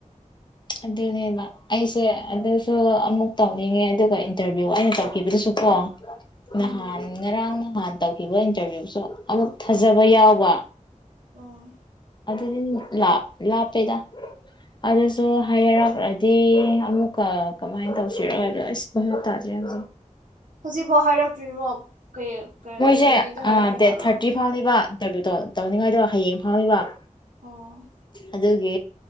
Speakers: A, on the left; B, on the right.
A: ꯑꯗꯨꯅꯦꯕ ꯑꯩꯁꯦ ꯑꯗꯨꯁꯨ ꯑꯃꯨꯛ ꯇꯧꯅꯤꯡꯉꯦ ꯑꯗꯨꯒ ꯏꯟꯇꯔꯚꯤꯌꯨ ꯑꯩꯅ ꯇꯧꯈꯤꯕꯗꯨꯁꯨ ꯄꯣ ꯅꯍꯥꯟ
B: ꯎꯝ
A: ꯉꯔꯥꯡ ꯅꯍꯥꯟ ꯇꯧꯈꯤꯕ ꯏꯟꯇꯔꯚꯤꯌꯨꯁꯨ ꯑꯃꯨꯛ ꯊꯥꯖꯕ ꯌꯥꯎꯕ
B: ꯑꯣ
A: ꯑꯗꯨꯗꯤ ꯂꯥꯞ ꯂꯥꯞꯄꯦꯗ ꯑꯗꯨꯁꯨ ꯍꯥꯏꯔꯛꯂꯗꯤ ꯑꯃꯨꯛꯀ ꯀꯃꯥꯏ ꯇꯧꯁꯤꯔ ꯍꯥꯏꯕꯔ ꯑꯁ ꯚꯥꯕ ꯇꯥꯗꯦ <inaudible>
B: ꯍꯧꯖꯤꯛꯐꯥꯎ ꯍꯥꯏꯔꯛꯇ꯭ꯔꯤꯕꯣ ꯀꯔꯤ
A: ꯃꯣꯏꯁꯦ
B: ꯀꯔꯤ ꯅꯨꯃꯤꯠꯇ ꯍꯥꯏꯔꯛꯀꯦ
A: ꯗꯦꯠ
B: ꯍꯥꯏꯕ꯭ꯔꯣ
A: ꯊꯥꯔꯇꯤ ꯐꯥꯎꯅꯤꯕ ꯏꯟꯇꯔꯚꯤꯌꯨꯗꯣ ꯇꯧꯅꯤꯡꯉꯥꯏꯗꯣ ꯍꯌꯦꯡ ꯐꯥꯎꯅꯤꯕ
B: ꯑꯣ
A: ꯑꯗꯨꯒꯤ